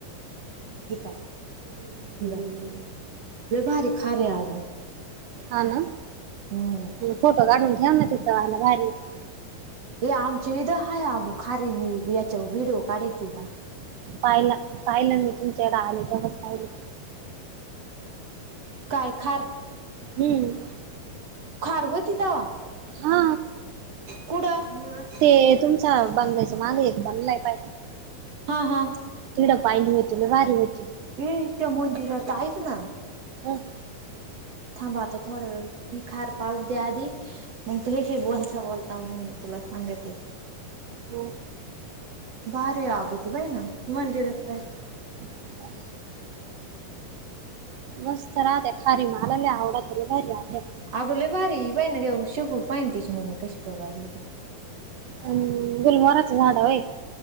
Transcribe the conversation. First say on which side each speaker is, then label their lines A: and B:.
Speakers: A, on the right; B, on the right.
A: <unintelligible> ठीक आहे, हम्म लईभारी खारी आहे अगं.
B: हा ना,
A: हम्म
B: फोटो काढून ठेव ना तिचा लईभारी येतोय.
A: हे आमच्या इथं हाय अग खारे मी ह्याच्यावर व्हिडिओ काढेत होता.
B: पाहिला पाहिलं मी तुमच्या इकडं आले तेव्हाच पाहिलं.
A: काय खार?
B: हम्म
A: खार व्होती तवा?
B: हा
A: कुठं मग असं
B: ते तुमचा बंगलाचा माग एक बंगलाय पाय.
A: हा हा.
B: तिकडं पाहिली होती, लईभारी होती.
A: ये ते मंदिरात ऐक ना.
B: हं?
A: थांब आता थोडा वेळ, ही खार पाहू दे आधी. मग तुझ्याशी बोलता बोलता मग मी तुला सांगते.
B: हो.
A: भारी अगं ती व्हय ना? मंदिर काय.
B: <unintelligible> मस्त राहते खारी मला लई आवडते लईभारी राहतेत.
A: अगं लई भारी वनेदेव शभु पॅनतीची मम्मी कशी करू राहिली ती.
B: हम्म गुलमोहराच झाड हाय व्हय?